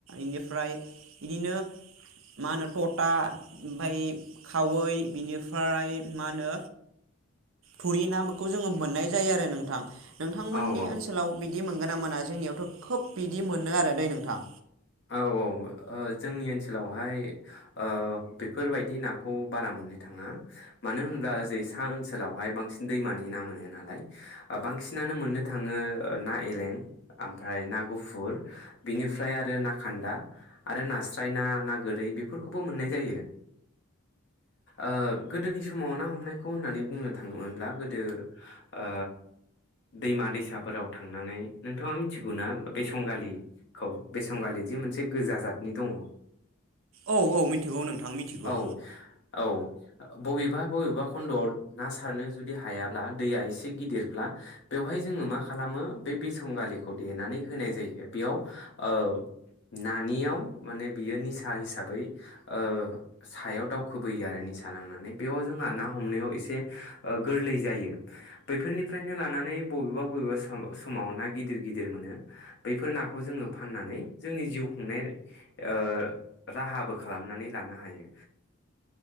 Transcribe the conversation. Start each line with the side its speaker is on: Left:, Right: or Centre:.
Right: इनिफ्राय इदिनो मा होनो थथा ओमफाय खावै बिनिफ्राय मा होनो थुरि ना खौ जोङो मोननाय जायो आरो नों नोंथां नोंथांमोननि
Left: औ औ
Right: ओनसोलाव बिद बिदि मोनगोन ना मोना जोंनियावथ' खोब बिदि मोनो आरो दै नोंथां।
Left: औ औ ओ जोंनि ओनसोलावहाय ओ बेफोरबायदि नाखौ बारा मोननो थाङा मानो होनब्ला ओजै सा ओनसोलावहाय बांसिन दैमानि ना मोनो नालाय बांसिनानो मोननो थाङो ओ ना एलें। आमफ्राय ना गुफुर बिनिफ ओमफ्राय आरो ना खान्दा आरो नास्राय ना ना गोरै बेफोरखौबो मोननाय जायो ओ गोदोनि समाव ना हमनायखौ होननानै बुंनो थाङोमोनब्ला गोदो ओ दैमा ओ दैसाफोराव थांनानै नोंथाङा मिथिगौना बेसंगालिखौ बेसंगालि जि मोनसे गोजा जतनि दङ।
Right: औ औ मिथिगौ नोंथां मिथिगौ।
Left: औ औ बबेबा बबेबा खन्द'आव ना सारनो जुदि हायाब्ला दैया एसे गिदिरब्ला बेवहाय जोङो मा खालामो बे बेसं गालिखौ देनानै होनाय जायो बेयाव ओ नानियाव माने बियो निसा हिसाबै ओ सायाव ओ दावखोबोयो आरो निसा नांनानै बेयाव जोंहा ना हमनायाव एसे ओ गोरलै जायो बैफोरनिफ्रायनो लानानै बबेबा बबेबा सम समाव ना गिदिर गिदिर मोनो बैफोर नाखौ जोङो फाननानै जोंनि जिउ खुंनाय ओ राहाबो खालामनानै लानो हायो।